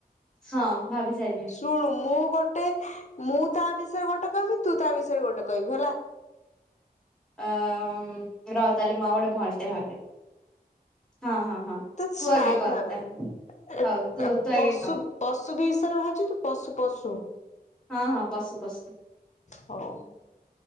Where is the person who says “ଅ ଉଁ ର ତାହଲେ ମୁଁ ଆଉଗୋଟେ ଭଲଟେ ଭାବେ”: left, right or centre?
Centre